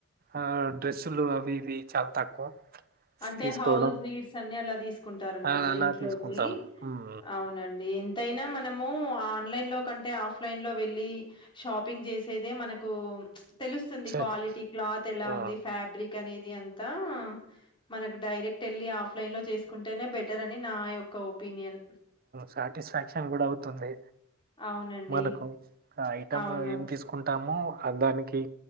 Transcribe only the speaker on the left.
అంటే
హౌస్ నీడ్స్ అని నెల నెల తీసుకుంటారు అనుకుంట
ఇంట్లోకి
అవునండి ఎత్తయినా మనము ఆన్లైన్ లో కంటే ఆఫ్లైన్ లో వెళ్ళి షాపింగ్ చేసేదే మనకు తెలుస్తుంది
క్వాలిటీ క్లాత్ ఎలా
ఉంది ఫ్యాబ్రిక్ అనేది అంతా మనకు డైరెక్ట్ వెళ్లి ఆఫ్ లైన్ లో చేసుకుంటేనే బెటర్ అని నా యొక్క ఒపీనియన్
అవునండి
అవును